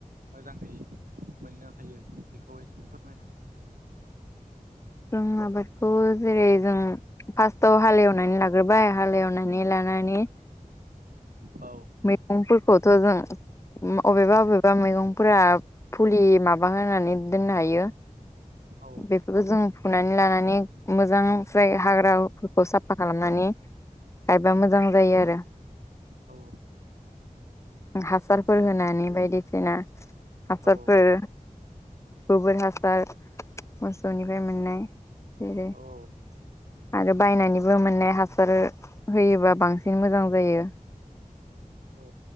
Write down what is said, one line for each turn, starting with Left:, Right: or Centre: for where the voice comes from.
Right: मोजाङै मोननो हायो बेखौ एसे फोरमायना
Left: जों आबादखौ जेरै जों फार्स्टाव हालेवनानै लाग्रोबाय हालेवनानै लानानै
Right: औ
Left: मैगं फोरखौथ' जों अबेबा अबेबा मैगंफोरा फुलि माबा होनानै दोननो हायो।
Right: औ
Left: बेफोरखौ जों फुनानै लानानै मोजां जाय हाग्राफोरखौ साफा खालामनानै गायबा मोजां जायो आरो।
Right: औ
Left: हासारफोर
Right: जे
Left: होनानै बायदि सिदिना हासारफोर
Right: औ
Left: गोबोर हासार मोसौनिफ्राय मोननाय बो
Right: औ
Left: <inaudible> आरो बायनानैबो मोननाय हासार होयोबा बांसिन मोजां जायो।
Right: औ औ